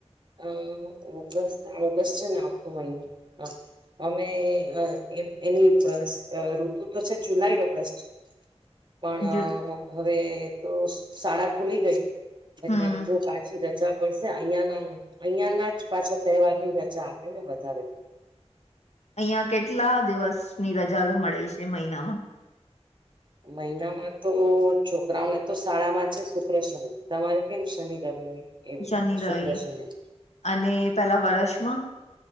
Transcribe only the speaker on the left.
જો
હમ
અહિયાં કેટલા દિવસ ની રજા મળે છે મહિનામાં?
શનિ
રવિ
અને પેલા વર્ષમાં